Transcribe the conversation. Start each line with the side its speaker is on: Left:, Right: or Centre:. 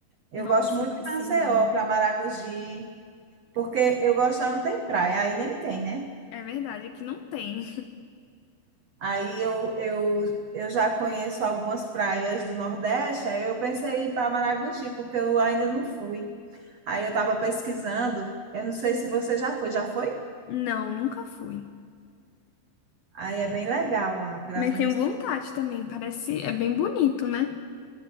Right: Eu
Left: Nossa,
Right: gosto muito
Left: Maceió.
Right: de Maceió, para Maragogi. Porque eu gosto, lá não tem praia, aí nem tem, né?
Left: É verdade, aqui não tem.
Right: Aí eu, eu, eu já conheço algumas praias do Nordeste, aí eu pensei em ir para Maragogi, porque eu ainda não fui. Aí eu estava pesquisando, eu não sei se você já foi, já foi?
Left: Não, nunca fui.
Right: Aí é bem legal lá, pelas
Left: Mas
Right: minhas...
Left: tenho vontade também. Parece, é bem bonito, né?